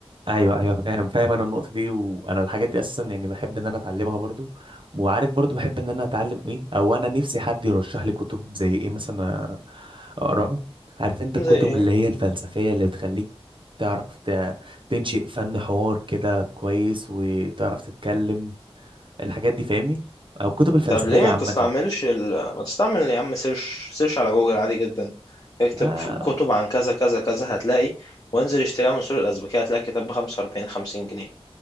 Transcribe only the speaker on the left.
زي
ايه؟
طب ليه ما
بتستعملش ال... ما تستعمل يا عم سيرش سيرش على جوجل عادي جدا اكتب
في- كتب عن كذا كذا كذا هتلاقي وانزل اشتريها من سوق الأزبكية هتلاقي كتاب ب 45 50 جنيه